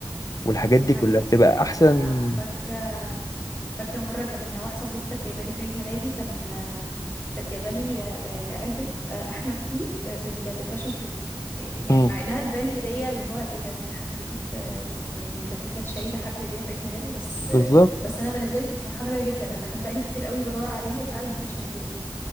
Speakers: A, on the left; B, on the left.
A: والحاجات
B: دي
A: دي
B: حقيقة
A: كلها بتبقى أحسن
B: أنا فاكرة فاكرة مرة كان واحدة صاحبتي كانت جايبة لي في عيد ميلادي كان كانت جايبة لي آه، علبة آه، أحمد تي آه، بال- بالباشن فروت إيه، يعني
A: مم.
B: مع إنها تبان هدية اللي هو إيه ده في حد بيجيب آه، يعني باكيتات شاي لحد هدية في عيد ميلاده بس
A: بالظبط
B: بس أنا بالنسبة لي كنت فرحانة بيها جدا أنا كان بقالي كتير قوي بدور عليها وفعلا ما كانتش موجودة